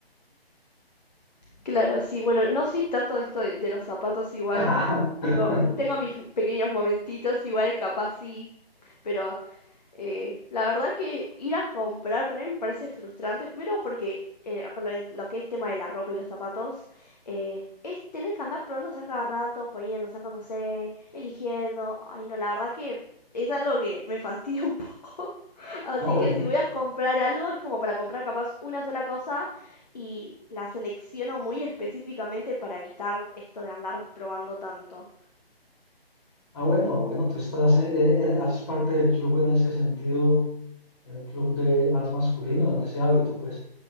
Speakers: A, on the left; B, on the left.
A: Claro, sí. Bueno, no soy tanto de esto de, de los zapatos igual.
B: <laughs>
A: Tengo, tengo mis pequeños momentitos igual, capaz sí, pero Eh, la verdad que ir a comprar para mí me parece frustrante, primero porque eh, con lo, lo que es tema de la ropa y los zapatos, eh, es tener que andar probándose a cada rato, poniendo, sacándose, eligiendo. Ay, no, la verdad que es algo que me fastidia un poco. <laughs> Así
B: Ah, bueno.
A: que si voy a comprar algo, es como para comprar capaz una sola cosa y la selecciono muy específicamente para evitar esto de andar probando tanto.
B: Ah, bueno, bueno, tú estás, eh, eh, eh, haces parte del club en ese sentido, un club de más masculino, en ese hábito, pues.